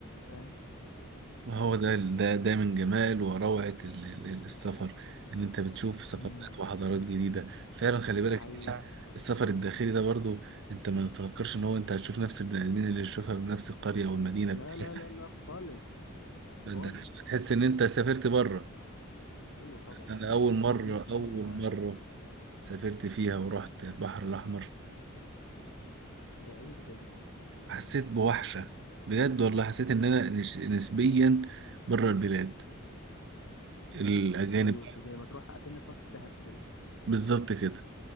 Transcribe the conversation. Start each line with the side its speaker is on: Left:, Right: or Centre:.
Left: فاهم
Right: ما هو ده ده ده من جمال وروعة ال- ال- ال- السفر ان انت بتشوف ثقافات
Left: مم،
Right: وحضارات جديدة فعلا خلي
Left: ده
Right: بالك
Left: حقيقي
Right: إنت السفر الداخلي ده برضو انت ما تفكرش ان هو انت هتشوف نفس البني ادمين اللي تشوفها في نفس القرية او المدينة
Left: لا
Right: بتاعتك
Left: لا لا لا خالص
Right: ده انت
Left: خالص
Right: هتحس ان انت سافرت بره
Left: ايوه طبعا
Right: انا
Left: انت
Right: اول مرة
Left: بتشوف ناس تانية
Right: اول مرة سافرت فيها ورحت البحر الاحمر
Left: بعيدة دي
Right: حسيت بوحشة بجد والله حسيت ان انا نش- نسبيا بره البلاد الاجانب
Left: ايوه زي ما تروح اكنك رحت دهب كده
Right: بالظبط كده